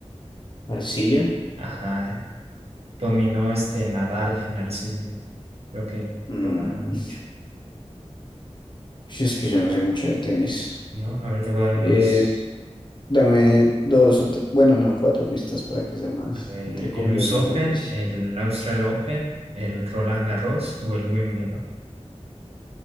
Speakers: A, on the left (about 40°); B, on the right (about 60°).
A: ¿Arcilla?
B: Ajá, eh, dominó este Nadal en arcilla. Creo que
A: Mm,
B: lo ganaba mucho,
A: <laughs> si es que yo no sé mucho de tenis.
B: ¿no? A ver, te voy a dar unos.
A: Eh, Dame dos o tre- bueno, no, cuatro pistas para que sea más,
B: A ver,
A: entre comillas,
B: el US
A: más
B: Open,
A: difícil.
B: el Austral Open, el Roland Garros o el Wimbledon.